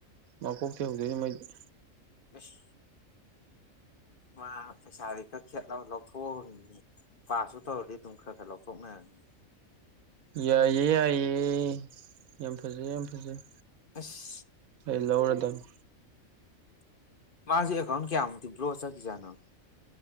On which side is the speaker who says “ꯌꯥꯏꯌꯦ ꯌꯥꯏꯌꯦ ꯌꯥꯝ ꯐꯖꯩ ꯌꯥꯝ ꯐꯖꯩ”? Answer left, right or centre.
Right